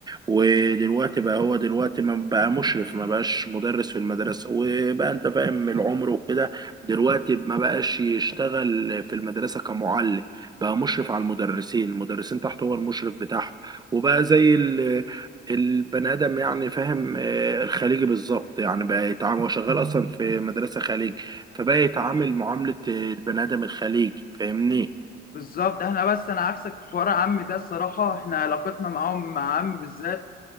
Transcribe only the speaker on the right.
ودلوقتي بقى هو دلوقتي ما بقى مشرف ما بقاش مدرس في المدرسة وبقى انت فاهم العمر وكده دلوقتي ما بقاش يشتغل في المدرسة كمعلم بقى مشرف على المدرسين المدرسين تحته هو المشرف بتاعهم وبقى زي ال- البني آدم يعني فاهم آه، الخليجي بالظبط يعني بقى يتعامل هو شغال أصلا في مدرسة خليج فبقى يتعامل معاملة البني آدم الخليجي فاهمني